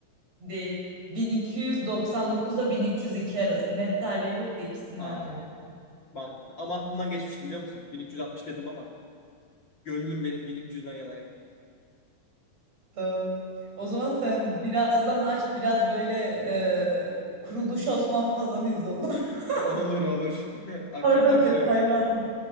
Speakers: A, on the right; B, on the left.
A: Değil. 1299'da 1302 arası. Net tarihi yok da ikisinden
B: Ha,
A: biri.
B: mantıklı. Ama aklımdan geçmişti biliyor musun? 1360 dedim ama gönlüm benim 1300'den yanaydı.
A: Tamam. O zaman sen birazdan aç biraz böyle e, Kuruluş Osman falan izle olur. <laughs>
B: <laughs> Olur olur. <laughs> Akşam
A: Orada
B: başlıyorum.
A: detaylı anlat.